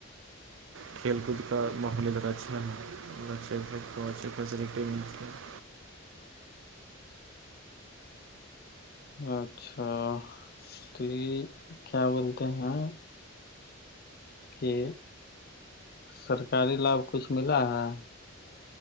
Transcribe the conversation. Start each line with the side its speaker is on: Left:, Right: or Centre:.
Right: کھیل کود کا ماحول ادر اچھا ہے ا چل <unintelligible> توہ اچھی فیسلٹی ملتی ہے <unintelligible>
Left: اچھا تو یہ کیا بولتے ہیں کہ سرکاری لابھ کچھ ملا ہے